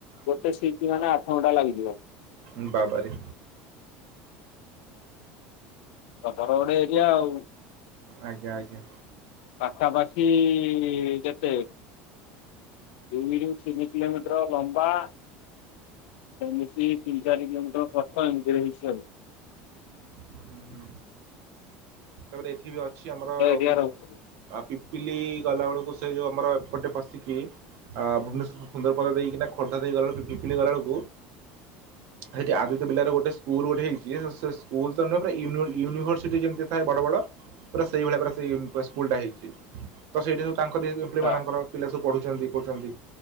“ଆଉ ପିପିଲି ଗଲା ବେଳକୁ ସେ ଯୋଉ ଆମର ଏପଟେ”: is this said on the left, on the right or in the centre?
Right